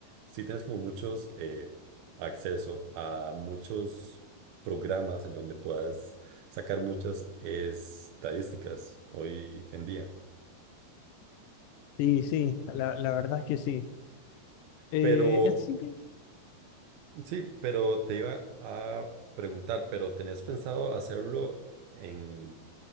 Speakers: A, on the right; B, on the left.
A: sí tienes como muchos eh, acceso a muchos programas en donde puedas sacar muchas estadísticas hoy en día.
B: Sí, sí, la, la verdad es que sí. Eh,
A: Pero
B: así que,
A: sí, pero te iba a preguntar, ¿pero tenés pensado hacerlo en,